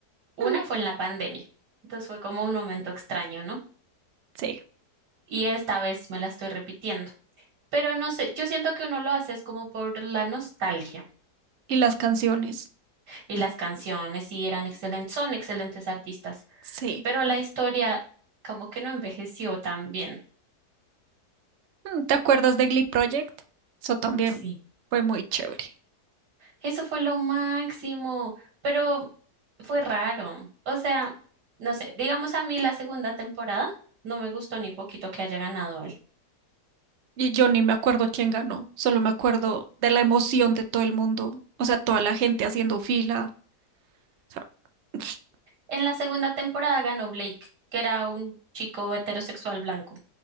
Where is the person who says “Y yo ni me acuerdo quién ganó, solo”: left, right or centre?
Right